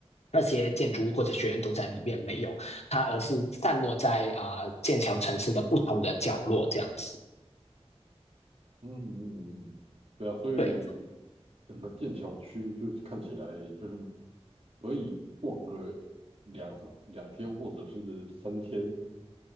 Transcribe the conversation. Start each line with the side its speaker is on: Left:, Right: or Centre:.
Left: 那些建筑物或者学院都在里面没有，它而是散落在啊、剑桥城市的不同的角落这样子。
Right: 嗯嗯嗯，对啊，所以
Left: 对，
Right: 整个剑桥区就是看起来就是可以逛个两两天或者是三天